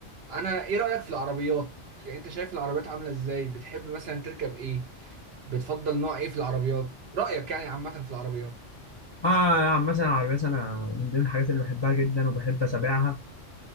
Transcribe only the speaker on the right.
انا ايه رأيك في العربيات؟ يعني انت شايف العربيات عاملة ازاي؟ بتحب مثلا تركب ايه؟ بتفضل نوع ايه في العربيات؟ رأيك يعني عامة في العربيات